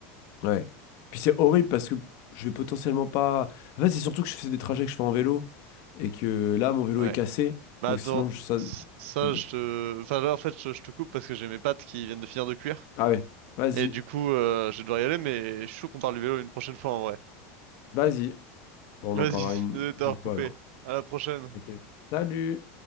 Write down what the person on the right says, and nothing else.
Ouais.
Mais
attends,
c- ça,
je te... Enfin, là, en fait, je, je te coupe parce que j'ai mes pattes qui viennent de finir de cuire.
Et du coup, euh, je vais devoir y aller, mais je suis chaud qu'on parle du vélo une prochaine fois, en vrai.
Vas-y,
<laughs>
désolé
de t'avoir coupé.
À la prochaine.